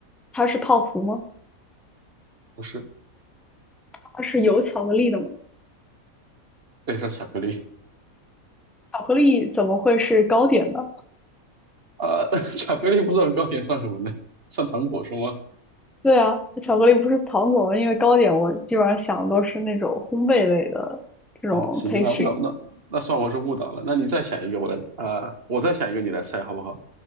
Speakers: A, in the centre; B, on the right.
A: 它是泡芙吗？
B: 不是，
A: 它是有巧克力的吗？
B: 对，是巧克力
A: 巧克力怎么会是糕点呢？
B: 啊，<laughs> 巧克力不算糕点，算什么呢？算糖果是吗？
A: 对啊，巧克力不是糖果吗？因为糕点我基本上想的都是那种烘焙类的这种
B: 啊，行，
A: pastry。
B: 那那那那算我是误导了。那你再想一个，我来，呃，我再想一个，你来猜好不好？